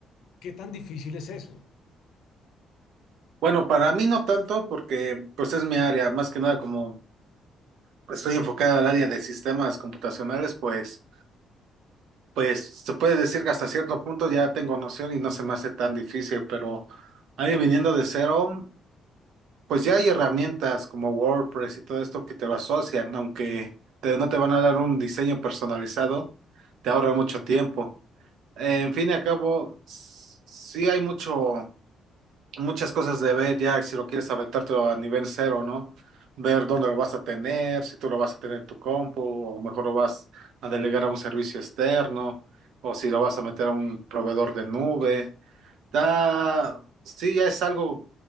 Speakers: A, on the left; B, on the right.
A: ¿Qué tan difícil es eso?
B: Bueno, para mí no tanto porque pues es mi área, más que nada como estoy enfocada al área de sistemas computacionales, pues pues se puede decir que hasta cierto punto ya tengo noción y no se me hace tan difícil, pero alguien viniendo de cero Pues ya hay herramientas como WordPress y todo esto que te lo asocian, aunque te- no te van a dar un diseño personalizado, te ahorra mucho tiempo. En fin y al cabo, s- sí hay mucho, muchas cosas de ver ya si lo quieres aventarte a nivel cero, ¿no? Ver dónde lo vas a tener, si tú lo vas a tener en tu compu, o mejor lo vas a delegar a un servicio externo, o si lo vas a meter a un proveedor de nube. Da, sí, ya es algo